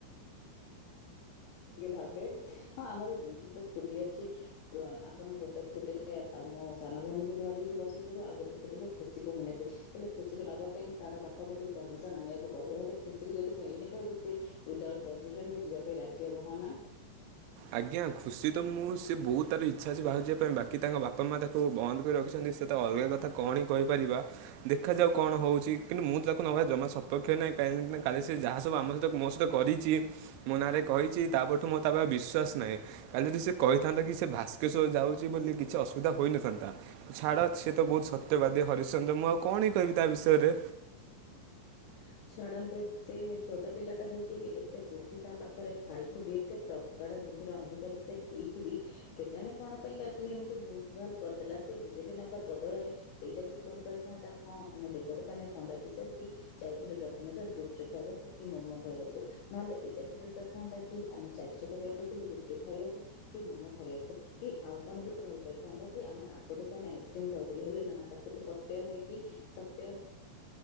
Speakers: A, on the left; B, on the right.
A: ହଁ ଆମର ଦୁଇଟି ତ ସ୍ଟି ଅଛି ଆପଣ ଗୋଟେ ସ୍କୁଟିରେ ମୁ ସାନ ଭଉଣୀକୁ ଧରିକି ବସିଯିବେ ଆଉ ଗୋଟେ ସ୍କୁଟି ରେ ଖୁସିକୁ ମୁ ନେବି ହେଲେ ଖୁସିକୁ ନବା ପାଇଁ ତାର ବାପା ଗୋଟୁ ମ ଆଣିବାକୁ ପଡିବ ହେଲେ ଖୁସିକୁ ଯଦି ମୁଁ ଏଇନା କହିବି ସେ ବି ଯିବା ପାଇଁ ରାଜି ହନା <inaudible>
B: ଆଜ୍ଞା ଖୁସି ତ ମୁଁ ସେ ବହୁତ ତାର ଇଚ୍ଛା ଅଛି ବାହରକୁ ଯିବା ପାଇଁ ବାକି ତାଙ୍କ ବାପା ମା ତାକୁ ବନ୍ଦ କରି ରଖ ସେ ତ ଅଲଗା କଥା କଣ ହ କହିପାରିବା ଦେଖାଯାଉ କଣ ହେଉଛି କିନ୍ତୁ ମୁଁ ତାକୁ ନେବାର ଜମା ସପକ୍ଷ ନାହିଁ କାଲି ସେ ଯାହା ସବୁ ଆମ ସହିତ ମୋ ସହିତ କରିଛି ମୋ ନାଁରେ କହିଛି ତାପରଠୁ ମୁଁ ତାକୁ ବିଶ୍ୱାସ ସ ନହିଁ କାଲି ଯଦି ସେ କହିଥାନ୍ତା କି ସେ ଭାସ୍କେଶ୍ୱର ଯାଉଛି ବୋଲି କିଛି ଅସୁବିଧା ହୋଇଇନଥାନ୍ତା ଛା ଅଡାତ୍ ସିଏ ତ ବହୁତ ସତ୍ୟବାଦୀ ହରିଶ୍ଚନ୍ଦ୍ର! ମୁଁ ଆଉ କଣ କହିବି ତା ବିଷୟରେ?
A: <unintelligible> ଛାଡ଼ନ୍ତୁ! ସେ ଛୋଟ ପିଲା ଟା ହେଇକି ବି ଏତେ ବୁଦ୍ଧି ତା ପାଖରେ ଥାଇକି ବି ଏତେ ପ୍ରଗଟ ସେ ବୁଦ୍ଧିର ଅଧିକାରୀ ସେ ହେଇକି କେଜାଣି କଣ ପାଇଁ କାଲି ଏମିତି ବୁଲ ଭାଲ୍ କରିଦେଲା। ସେ ବିଜେପି ନଗର ବଦଳରେ ଏଇଟା ବି କହିପାରିଥାନ୍ତା! ହଁ, ଆମେ ଦେବ ଦୋକାନରେ ଥଣ୍ଡା ପିଇସାରିକି ଯାଇଥିଲୁ ବ୍ରହ୍ମେଶ୍ୱର ଗୁପଚୁପ୍ ଖାଇବାକୁ କି ମୋମୋ ଖାଇବାକୁ, ନହେଲେ ଏଇଟା ବି କହିପାରଥାନ୍ତା କି! ଆମେ ଚାରି ଯକ ଯାଇଥିଲୁ ଗୁପ୍ ଚୁପ୍ ଖାଇବାକୁ, କି ମୋମୋ ଖାଇବାକୁ କି ଆଉ କଣ ବି କହିପାରିଥାନ୍ତା କି! ଆମେ ଆଗଚ ଦୋକାନ ଆଇସ୍କ୍ରିମ ଖାଉଥିଲୁ। ହେଲେ ନା ତାକୁ ତ ସତ୍ୟ ହେଇକି ସତ୍ୟ